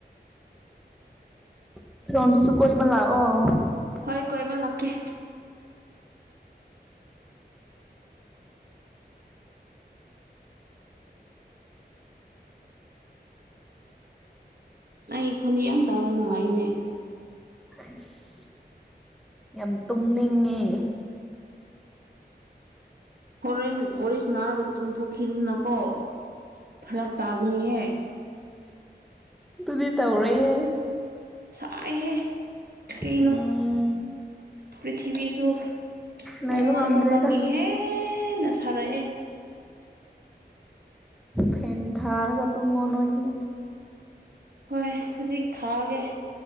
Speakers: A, in the centre; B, on the right (about 65°).
A: <unintelligible>
B: ꯍꯣꯏ ꯀꯣꯏꯕ ꯂꯥꯛꯀꯦ ꯑꯩ ꯈꯣꯟꯗꯤ ꯌꯥꯝ ꯇꯥꯕ ꯅꯨꯡꯉꯥꯏꯅꯦ
A: ꯑꯁ ꯌꯥꯝ ꯇꯨꯝꯅꯤꯡꯉꯦ
B: ꯍꯣꯔꯦꯟ ꯋꯥꯔꯤꯁꯤ ꯅꯥꯔꯒ ꯇꯨꯝ ꯊꯣꯛꯈꯤꯗꯅꯀꯣ ꯐꯔꯛ ꯇꯥꯕꯅꯤꯍꯦ
A: ꯑꯗꯨꯗꯤ ꯇꯧꯔꯣꯏꯌꯦ
B: ꯁꯥꯏꯍꯦ ꯀꯩꯅꯣ
A: ꯎꯝ
B: ꯄ꯭ꯔꯤꯊꯤꯕꯤꯁꯨ
A: ꯂꯩꯕ
B: ꯅꯣꯡꯃꯥ
A: ꯉꯝꯗ꯭ꯔꯦꯗ
B: ꯅꯣꯡꯃꯒꯤ ꯍꯦꯟꯅ ꯁꯥꯔꯛꯑꯦ
A: ꯐꯦꯟ ꯊꯥꯔꯒ ꯇꯨꯝꯃꯣꯅꯣꯏꯗꯤ
B: ꯍꯣꯏ ꯍꯧꯖꯤꯛ ꯊꯥꯒꯦ